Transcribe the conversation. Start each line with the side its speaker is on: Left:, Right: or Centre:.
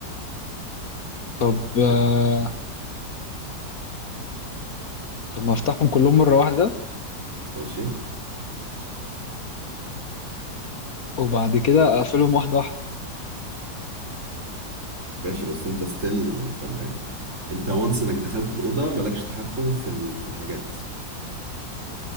Left: طب آه،
Right: تبقى
Left: طب ما افتحهم كلهم مرة واحدة
Right: ماشي
Left: وبعد كده اقفلهم واحدة واحدة
Right: ماشي بس انت ستيل انت معاك انت وانس انك دخلت الأوضة مالكش تحكم في ال... في الحاجات